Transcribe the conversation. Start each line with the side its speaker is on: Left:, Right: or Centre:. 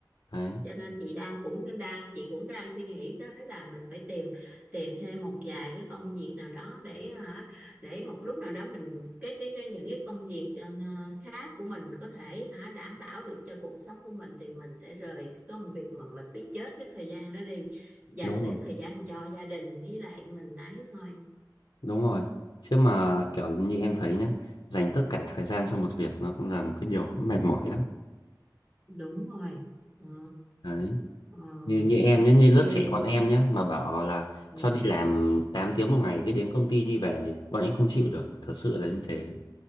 Left: đấy
Right: cho nên chị đang cũng đang chị cũng đang suy nghĩ tới là mình phải tìm tìm thêm một vài cái công việc nào đó để hả để một lúc nào đó mình cái cái, cái những cái công việc ờ, ờ, khác của mình có thể hả đảm bảo được cho cuộc sống của mình thì mình sẽ rời cái công việc mà mình bị chết cái thời gian đó đi dành
Left: đúng rồi
Right: để thời gian cho gia đình với lại mình ấy thôi
Left: đúng rồi chứ mà
Right: ừ,
Left: kiểu như em thấy nhá dành tất cả thời gian cho một việc nó cũng là một cái điều mệt mỏi lắm
Right: đúng rồi ừ,
Left: đấy
Right: ừ,
Left: như như em nhá như lớp
Right: như
Left: trẻ bọn em nhá mà bảo là
Right: ừ.
Left: cho đi làm 8 tiếng một ngày cái đến công ty đi về thì bọn em không chịu được thật sự là như thế